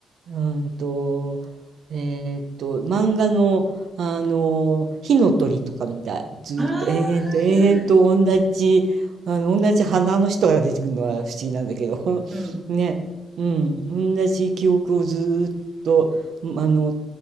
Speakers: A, on the right; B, on the right.
A: うんと、えーっと、漫画の、あの、火の鳥とかみたい。ずーっと延々と延々と同じ、
B: ああ、はいはい。
A: あの、同じ花の人が出てくるのは不思議なんだけど、
B: うん。
A: <laughs> ね、うん、同じ記憶をずーっと、うんあの、